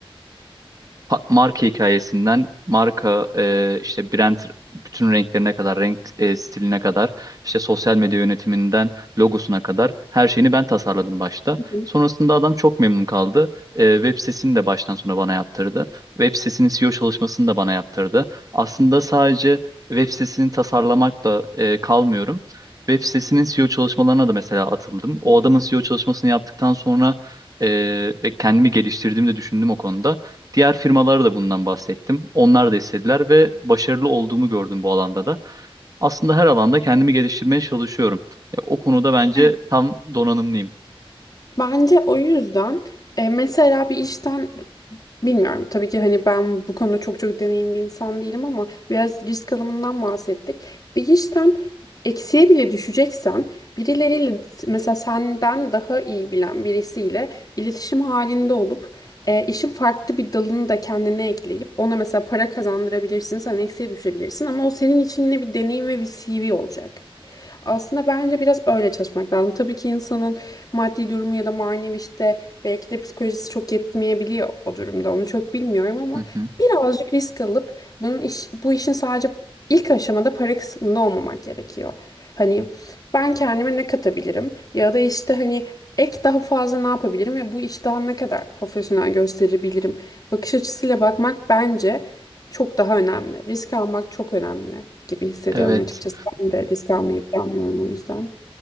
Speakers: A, on the right (about 35°); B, on the left (about 40°).
A: pa- marka hikayesinden marka e, işte brand bütün renklerine kadar, renk e, stiline kadar, işte sosyal medya yönetiminden logosuna kadar her şeyini ben tasarladım başta.
B: Hı hı,
A: Sonrasında adam çok memnun kaldı. E, web sitesini de baştan sona bana yaptırdı. Web sitesinin SEO çalışmasını da bana yaptırdı. Aslında sadece web sitesini tasarlamakla e, kalmıyorum. Web sitesinin SEO çalışmalarına da mesela atıldım. O
B: hı
A: adamın SEO çalışmasını yaptıktan sonra e, ve kendimi geliştirdiğimi de düşündüm o konuda. Diğer firmalara da bundan bahsettim. Onlar da istediler ve başarılı olduğumu gördüm bu alanda da. Aslında her alanda kendimi geliştirmeye çalışıyorum. E, o konuda bence
B: hı.
A: tam donanımlıyım.
B: Bence o yüzden e, mesela bir işten bilmiyorum tabii ki hani ben bu konuda çok çok deneyimli bir insan değilim ama biraz risk alımından bahsettik. Bir işten eksiye bile düşeceksen birileriyle mesela senden daha iyi bilen birisiyle iletişim halinde olup e, işin farklı bir dalını da kendine ekleyip ona mesela para kazandırabilirsin sen eksiye düşebilirsin ama o senin için yine bir deneyim ve bir CV olacak. Aslında bence biraz öyle çalışmak lazım. Tabii ki insanın maddi durumu ya da manevi işte belki de psikolojisi çok yetmeyebiliyor o durumda. Onu çok bilmiyorum ama
A: Hı hı.
B: birazcık risk alıp bunun iş, bu işin sadece ilk aşamada para kısmında olmamak gerekiyor. Hani ben kendime ne katabilirim ya da işte hani ek daha fazla ne yapabilirim ve bu işi daha ne kadar profesyonel gösterebilirim bakış açısıyla bakmak bence çok daha önemli. Risk almak çok önemli gibi hissediyorum
A: Evet.
B: açıkçası. Ben de risk almayı planlıyorum o yüzden.